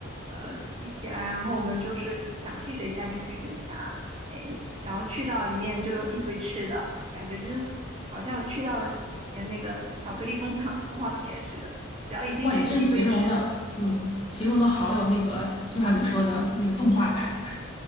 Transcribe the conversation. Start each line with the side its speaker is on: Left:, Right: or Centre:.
Right: 呃，一起来，然后我们就是想去谁家就去谁家，哎，然后去到里面就有一堆吃的，感觉就是好像去到了以前那个巧克力工厂动画片似的，只要一进去就一堆吃的。
Left: 哇，你这形容的，嗯，形容的好有那个，就像你说的那个动画感。<laughs>